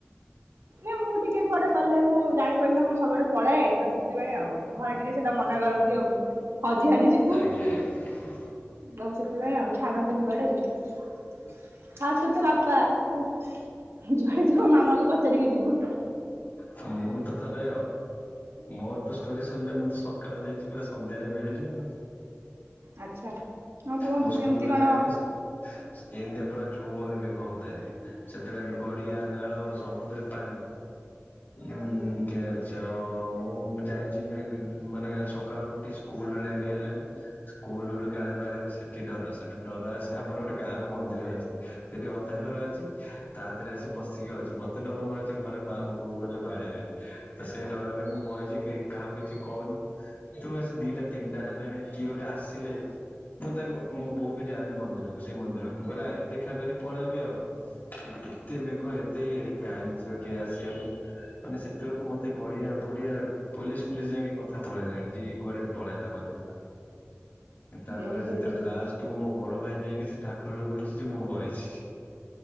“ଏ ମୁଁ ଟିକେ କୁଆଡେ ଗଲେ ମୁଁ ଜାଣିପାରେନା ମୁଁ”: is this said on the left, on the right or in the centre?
Right